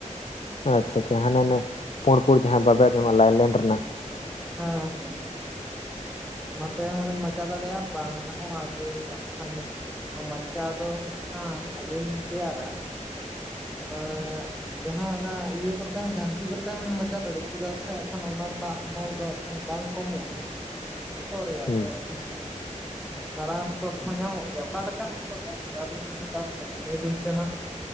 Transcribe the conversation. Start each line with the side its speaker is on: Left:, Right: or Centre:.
Left: ᱚ ᱟᱪᱪᱷᱟ ᱟᱪᱪᱷᱟ ᱦᱟᱱᱮ ᱟᱱᱮ ᱯᱳᱲ ᱯᱳᱲ ᱡᱟᱦᱟᱸ ᱵᱟᱵᱮᱨ ᱧᱟᱢᱚᱜ-ᱟ, ᱞᱟᱭᱞᱮᱱ ᱨᱮᱱᱟᱜ ᱾
Centre: ᱦᱮᱸ ᱦᱮᱸ᱾ ᱚᱱᱟ ᱛᱮᱦᱚᱸ ᱵᱤᱱ ᱢᱟᱪᱟ ᱫᱟᱲᱮᱜᱼᱟ, ᱵᱟᱝ ᱨᱮᱦᱚᱸ ᱟᱹᱵᱤᱱ ᱦᱟᱸᱜ ᱠᱷᱟᱱ᱾ ᱢᱟᱪᱟ ᱫᱚ ᱦᱟᱸᱜ ᱠᱷᱟᱱ ᱟᱹᱵᱤᱱ ᱛᱮᱭᱟᱨᱟ᱾ ᱟᱸᱻ ᱡᱟᱦᱟᱸ ᱚᱱᱟ ᱤᱭᱟᱹ ᱠᱚᱛᱮ ᱡᱷᱟᱹᱱᱴᱤ ᱠᱚᱛᱮ ᱦᱚᱸ ᱵᱤᱱ ᱢᱟᱪᱟ ᱫᱟᱲᱮᱜ-ᱟ, ᱪᱮᱫᱟᱜ ᱥᱮ ᱮᱠᱷᱟᱱ ᱚᱱᱟ ᱨᱮᱱᱟᱜ ᱦᱟᱢᱟᱞ ᱫᱚᱼᱼ ᱠᱷᱟᱱ ᱵᱟᱝ ᱠᱚᱢᱚᱜᱼᱟ ᱡᱚᱛᱚ ᱨᱮᱭᱟᱜ
Left: ᱦᱮᱸ
Centre: ᱟᱜᱠᱷᱟᱱ ᱢᱟᱨᱟᱝ ᱦᱚᱛᱚᱫ ᱦᱚ ᱧᱟᱢᱚᱜ ᱜᱮᱭᱟ᱾ ᱚᱠᱟ ᱞᱮᱠᱟᱱ ᱦᱚᱛᱚᱫ <unintelligible> ᱵᱤᱱ ᱪᱟᱥ ᱞᱟᱹᱜᱤᱫ ᱞᱟᱹᱭ ᱵᱤᱱ ᱥᱮ ᱢᱟ?